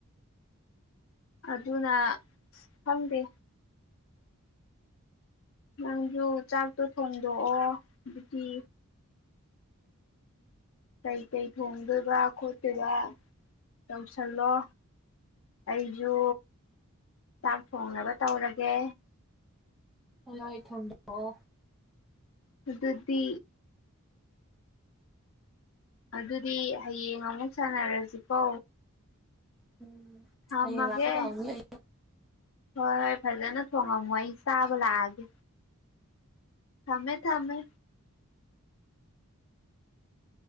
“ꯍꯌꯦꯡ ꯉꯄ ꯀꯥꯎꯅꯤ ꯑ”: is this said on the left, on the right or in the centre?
Centre